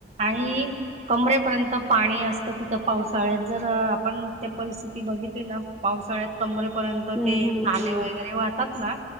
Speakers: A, on the right (about 40°); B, in the centre.
A: आणि.
B: हो ना.
A: कमरेपर्यंत पाणी असतं तिथं, पावसाळ्यात जर आपण त्या परिस्थिती बघितली ना, पावसाळ्यात, कमरेपर्यंत
B: हम्म
A: ते
B: हम्म
A: नाले
B: हम्म
A: वगैरे वाहतात ना.